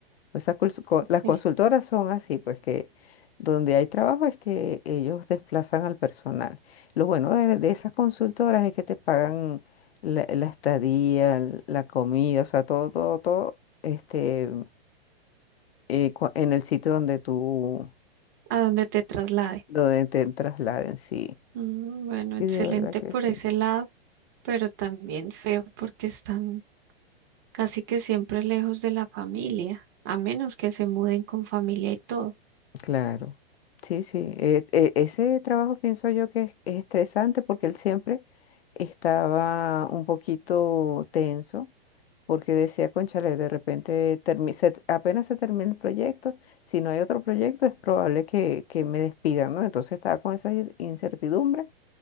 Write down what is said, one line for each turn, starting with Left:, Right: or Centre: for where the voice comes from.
Left: Pues esas cons- co- las
Right: ¿eh?
Left: consultoras son así, pues que donde hay trabajo es que ellos desplazan al personal. Lo bueno de, de esas consultoras es que te pagan la, la estadía, l- la comida, o sea, todo, todo, todo, este, eh, cua- en el sitio donde tú,
Right: A donde te traslade.
Left: donde te trasladen, sí.
Right: Mm, bueno,
Left: Sí,
Right: excelente
Left: de verdad que
Right: por
Left: sí.
Right: ese lado, pero también feo porque están casi que siempre lejos de la familia, a menos que se muden con familia y todo,
Left: Claro, sí, sí. E- e- ese trabajo pienso yo que es, es estresante porque él siempre estaba un poquito tenso porque decía, cónchale, de repente termi- se- apenas se termine el proyecto, si no hay otro proyecto es probable que, que me despidan, ¿no? Entonces estaba con esa in- incertidumbre,